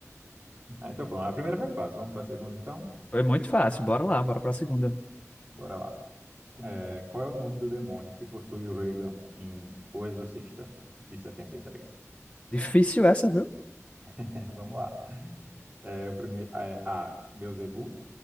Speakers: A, on the right; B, on the left.
A: Ah, então vamos, a primeira foi fácil, vamos para a segunda então?
B: Foi muito fácil, bora lá, bora pra segunda.
A: Bora lá. É, qual é o nome do demônio que possui o Regan em O Exorcista, de 73?
B: Difícil essa, viu?
A: <laughs> Vamos lá. É, o primeiro, é, A, Beelzebub,